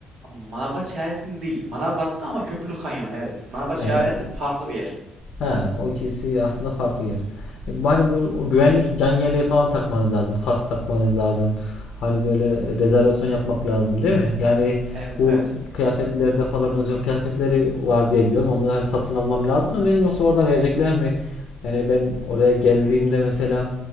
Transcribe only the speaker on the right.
Manavgat Şelalesi'nde değil. Manavgat'ta ama Köprülü Kanyon evet. Manavgat
Şelalesi
farklı bir yer.
Evet
evet.